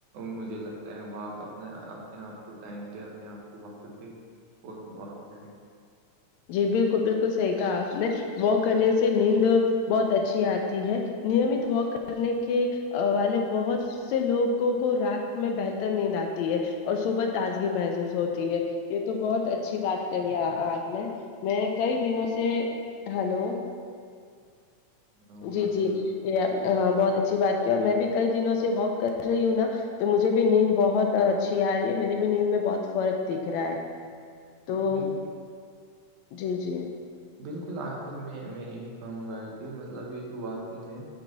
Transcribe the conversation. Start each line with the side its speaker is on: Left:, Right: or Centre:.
Right: مجھے لگتا ہے واک اپنے اپنے آپ کو ٹائم دے اپنے آپ کو وقت دے اور وپ کریں
Left: جی بالکل بالکل صحیح کہا آپ نے واک کرنے سے نیندے بہت اچھی آتی ہے نیمت واک کرنے کے والے بہت اس سے لوگوں کو رات میں بہتر نیند آتی ہے اور صبح تازگی محسوس ہوتی ہے یہ تو بہت اچھی بات کہی ہے آپ نے میں کئی دنوں سے ہلو
Right: ہوں
Left: جی
Right: آپ نے
Left: جی
Right: بالکل
Left: یہ بہت اچھی بات کی اور میں بھی کئی دنوں سے واک کر رہی ہوں نا تو مجھے بھی نیند بہت اچھی آ رہی ہے میری بھی نیند میں بہت فرق دکھ رہا ہے تو
Right: بالکل
Left: جی جی
Right: بلکل آخر میں میں یہی کہوں گا کہ مطلب یہ جو واکنگ ہے